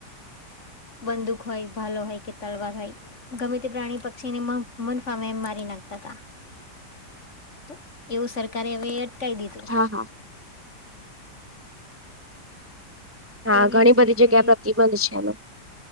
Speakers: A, on the left (about 40°); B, on the right (about 15°).
A: બંદૂક હોય ભાલો હોય કે તલવાર હોય ગમે તે પ્રાણી પક્ષીને મન મનફાવે મારી નાખતા હતા તો એવું સરકારે હવે અટકાવી દીધું
B: હા હા હા
A: એવી
B: ઘણી
A: જ
B: બધી
A: રીતે
B: જગ્યા પ્રતિબંધ છે એનો